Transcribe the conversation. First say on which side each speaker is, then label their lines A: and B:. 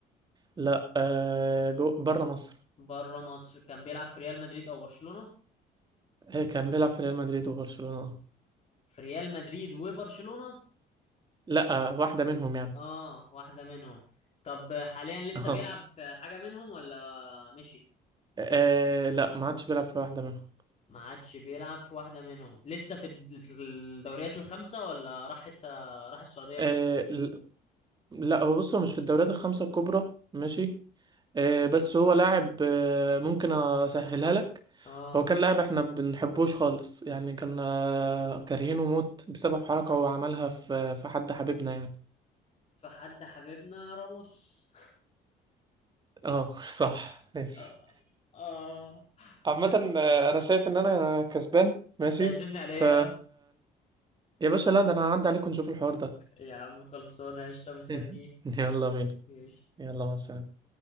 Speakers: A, on the right (about 25°); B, on the left (about 40°).
A: لا آه جو... بره مصر
B: بره مصر كان بيلعب في ريال مدريد او برشلونه
A: آه، كان بيلعب في ريال مدريد وبرشلونة آه.
B: في ريال مدريد وبرشلونه
A: لا آه، واحدة منهم يعني
B: اه واحدة منهم طب حاليا لسه
A: <laughs>
B: بيلعب
A: اه
B: في حاجة منهم ولا مشي
A: آه، لا ما عادش بيلعب في واحدة منهم
B: ما عادش بيلعب في واحدة منهم لسه في الد- في الدوريات الخمسة ولا راح حتى راح السعودية
A: آه،
B: مثلا
A: ل- لا هو بص هو مش في الدوريات الخمسة الكبرى ماشي آه، بس هو لاعب آه، ممكن اسهلها لك
B: اه
A: هو كان لاعب احنا بنحبوش خالص يعني كنا كارهينه موت بسبب حركة هو عملها في في حد حبيبنا يعني
B: فحد حبيبنا راموس
A: اه <laughs> صح ماشي
B: اه آه.
A: عامة
B: هت-
A: آه، انا شايف ان انا كسبان ماشي
B: هتعزمني على ايه
A: ف
B: بقى
A: يا باشا لا ده انا هعدي عليكم نشوف الحوار ده
B: يا عم خلصانة قشطة مستنيك
A: <laughs> يلا بينا
B: قشطة.
A: يلا مع السلامة